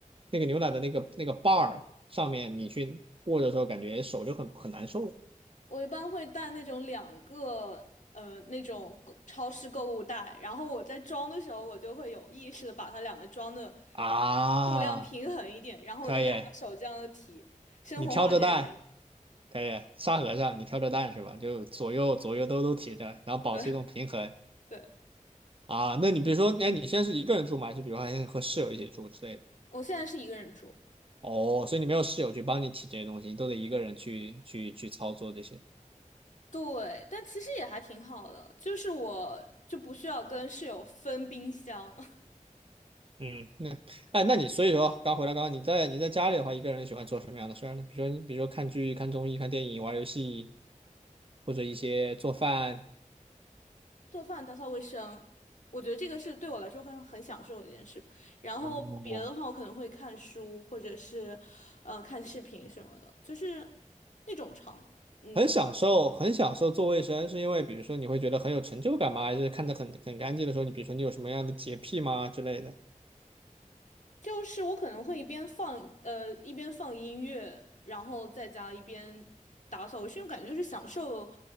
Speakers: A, on the right (about 40°); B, on the left (about 65°).
A: 那个牛奶的那个那个把儿上面，你去握着的时候，感觉手就很很难受
B: 我一般会带那种两个呃那种购超市购物袋，然后我在装的时候，我就会有意识的把它两个装的
A: 啊。
B: 呃重量平衡一点，然后我就两个手这样的提，
A: 可以，
B: 生活化健身。
A: 你挑着担。可以，沙和尚，你挑着担是吧？就左右左右都都提着，然后保持一种平衡
B: 对 <laughs> 对，
A: 啊。那你比如说，哎，你现在是一个人住吗？还是比如说还和室友一起住之类的？
B: 我现在是一个人住，
A: 哦，所以你没有室友去帮你提这些东西，你都得一个人去去去操作这些。
B: 对，但其实也还挺好的，就是我就不需要跟室友分冰箱，
A: 嗯，那哎，那你所以说，刚回来，刚刚你在你在家里的话，一个人喜欢做什么样的事儿呢？比如说，比如说看剧、看综艺、看电影、玩游戏，或者一些做饭。
B: 做饭、打扫卫生，我觉得这个是对我来说会很享受的一件事。然后别的话，
A: 哦
B: 我可能会看书，或者是呃看视频什么的，就是那种长，嗯，
A: 很享受，很享受做卫生，是因为比如说你会觉得很有成就感吗？还是看着很很干净的时候，你比如说你有什么样的洁癖吗之类的？
B: 就是我可能会一边放呃一边放音乐，然后在家一边打扫卫生，因为感觉就是享受